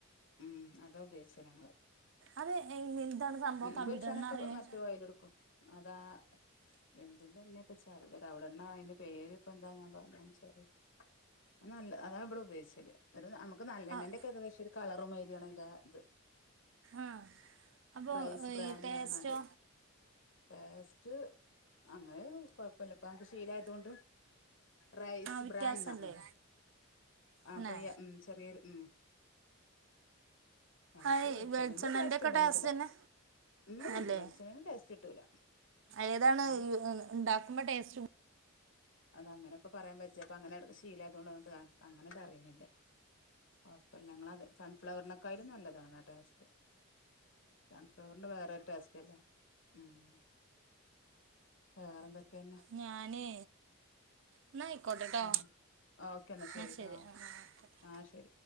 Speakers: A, on the left (about 60°); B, on the right (about 55°).
A: ഉം അതോ ഉപയോഗിച്ച ഞങ്ങള്
B: അത് എന്താണ് സംഭവം
A: മീൻ
B: തവിടെണ്ണ
A: പൊരിച്ചാനൊക്കെ
B: അറിയാൻ
A: മറ്റോ ഓയില് എടുക്കും അതാ എന്തിന്റെ എണ്ണ ഇപ്പ ചറ തവിടെണ്ണ അതിന്റെ പേര് ഇപ്പൊ എന്താ ഞാൻ പറഞ്ഞെന്ന് വെച്ചാല് അത് നല്ല അതാ ഇവിടെ ഉപയോഗിച്ചല് ഒരു നമുക്ക് നല്ല എണ്ണന്റെ
B: ആഹ്
A: ഒക്കെ ഏകദേശം ഒരു കളറ തിയണേ ഇതാ ഇത്
B: ആഹ് അപ്പൊ
A: റൈസ് ബ്രാൻഡ്
B: ഈ ടേസ്റ്റോ
A: എറങ്ങാണ്ട് പേസ്റ്റ് അങ്ങനെന്നും കൊഴപ്പില്ല ഇപ്പ അങ്ങക്ക് ശീല ആയതൊണ്ട് റൈസ്
B: ആ വ്യത്യാസല്ലേ
A: ബ്രാൻഡണ് ആ
B: അന്നെ
A: പയ്യ ഉമ് ചെറിയൊരു ഉമ് നമുക്ക്
B: ഹായ്
A: വെളിച്ചെണ്ണന്റെ
B: വെളിച്ചെണേന്റെക്കെ
A: ടേസ്റ്റ് എന്തായാലും
B: ടെസ്റ്റ്
A: കിട്ടൂല
B: തന്നെ
A: ഉം
B: അല്ലെ
A: വെളിച്ചെണ്ണന്റെ ടേസ്റ്റ് കിട്ടൂല
B: ഏതാണ്
A: എന്നാലും
B: ഉ ഉണ്ടാക്കുമ്പോ ടേസ്റ്റ് <unintelligible>
A: അത അങ്ങനെ ഇപ്പ പറയാൻ പറ്റപ്പോ അങ്ങനെശീലായതോണ്ട് അങ്ങനെന്ന് അറിയുന്നില്ല കൊഴപ്പല്ല ഞങ്ങളതെ സൺഫ്ലവറിനൊക്കൊയിലും നല്ലതാണ് ആ ടേസ്റ്റ് സൺഫ്ലവറിന്റെ വേറൊരു ടേസ്റ്റ് അല്ലേ ഉമ് വേറെന്തൊക്കെന്നെ
B: ഞാനെ എന്ന ആയിക്കോട്ടെട്ടോ
A: ഉം ഓക്കെ എന്നാ
B: ആഹ്
A: ശരിട്ടോ
B: ശരി ആ.. ട്ടെ
A: ആഹ് ശരി